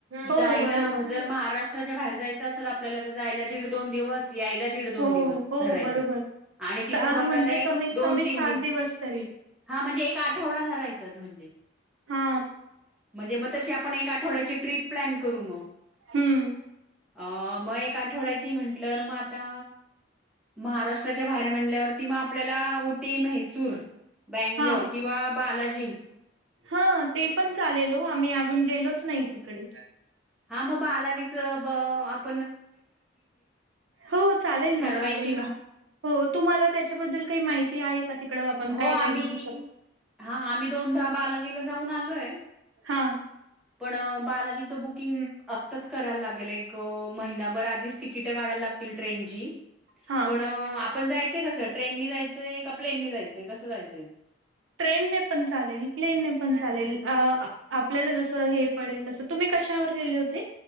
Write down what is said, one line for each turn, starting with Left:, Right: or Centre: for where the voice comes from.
Right: हो
Centre: जायला
Right: बरोबर
Centre: जर महाराष्ट्राच्या बाहेर जायच असल आपल्याला तर जायला दीड दोन दिवस यायला दीड दोन
Right: हो
Centre: दिवस
Right: हो
Centre: धरायच
Right: बरोबर.
Centre: आणि तिथ
Right: सा
Centre: बघायला
Right: म्हणजे
Centre: एक
Right: कमीत
Centre: दोन
Right: कमी
Centre: तीन
Right: सात
Centre: दिवस
Right: तरी
Centre: हा म्हणजे एक आठवडा धरायचाच म्हणजे
Right: हा
Centre: म्हणजे मग तशी आपण एक आठवड्याची तरी प्लन करू मग
Right: हम्म
Centre: अ मग एक आठवड्या ची म्हनल्यवर मग आता महाराष्ट्र च्या बाहेर म्हणाल्यावर आपल्या उटी म्हैसूर बंगलोर
Right: हा.
Centre: किंवा बाला.... जी
Right: हा ते पण चालेल हो आम्ही अजून गेलोच नाही तिथ कडे
Centre: हा मग बालाजीच ब आप..
Right: हो चालेल
Centre: ठरवायची
Right: ना चालेल
Centre: का?
Right: ना हो तुम्हाला त्याच्याबद्ल काय माहिती आहे का तिकडं आपण
Centre: हो
Right: काय
Centre: आम्ही
Right: काय बघू शकतो?
Centre: हा आम्ही दोनदहा बालाजीला जाऊन आलोय
Right: हा
Centre: पण बालाजीचं बुकिंग आत्ताच करायला लागेल एक महिनाभर आधीच तिकिट काढायला लागतील ट्रेनची
Right: हा
Centre: पण आप पण जायंय कसं ट्रेननी जायचय का प्लेननी जायचं ते कसं जायचं
Right: ट्रेनने पण चालेल प्लेनने पण चालेल अ आपल्याला जसं हे पडेल तसं तुम्ही कशावर गेले होते